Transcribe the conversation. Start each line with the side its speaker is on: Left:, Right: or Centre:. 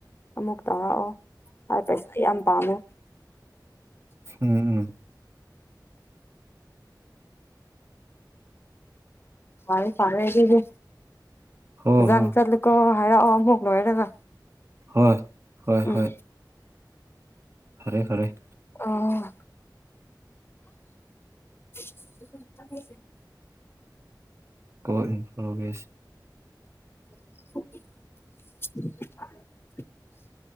Left: ꯑꯃꯨꯛ ꯇꯧꯔꯛꯑꯣ ꯑꯩ ꯄꯩꯁꯥ ꯌꯥꯝ ꯄꯥꯝꯃꯦ
Right: ꯎꯝ ꯎꯝ
Left: ꯐꯔꯦ ꯐꯔꯦ ꯑꯗꯨꯗꯤ
Right: ꯍꯣꯏ
Left: ꯐꯖꯥꯅ
Right: ꯍꯣꯏ
Left: ꯆꯠꯂꯨꯀꯣ ꯍꯥꯏꯔꯛꯑꯣ ꯑꯃꯨꯛ ꯂꯣꯏꯔꯒ
Right: ꯍꯣꯏ ꯍꯣꯏ
Left: ꯎꯝ
Right: ꯍꯣꯏ ꯐꯔꯦ ꯐꯔꯦ
Left: ꯑꯥ <unintelligible>
Right: <unintelligible>
Left: <inaudible>